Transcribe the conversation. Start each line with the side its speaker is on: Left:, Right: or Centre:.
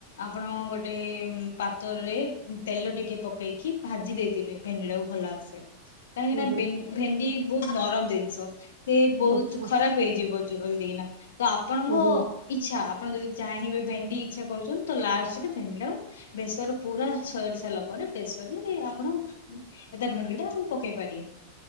Left: ଆପଣ ଗୋଟେ ଉଁ ପାତରରେ ଉଁ ତେଲ ଟିକେ ପକେଇକି ଭାଜି ଦେଇଥିବେ ଭେଣ୍ଡିଟାକୁ ଭଲ ଆସ୍ <unintelligible> କାହିଁକି
Right: ହୁଁ
Left: ନା
Right: ହୁଁ
Left: ବେନ୍ ଭେଣ୍ଡି ବୋହୁତ ନରମ ଦିନିଷ ସିଏ ବୋହୁତ
Right: ଆଚ୍ଛା
Left: ଖରାପ ହେଇଯିବ। ଜୁଗ୍ଲଦିକିନା ତ ଆପଣଙ୍କ
Right: ହୁଁ ହୁଁ।
Left: ଇଚ୍ଛା ଆ ଆପଣ ଯଦି ଚାହିଁବେ ଭେଣ୍ଡି ଇଚ୍ଛା କରୁଛନ୍ତି ତ ଲାଷ୍ଟରେ ଭେଣ୍ଡିଟାକୁ ବେସର ପୁରା ସରି ସାରିଲା ପରେ ପେସରରେ ଆପଣ ଉଁ ଏ ତା ଭାଣ୍ଡିଟାଉ ପକେଇ ପାରିବି।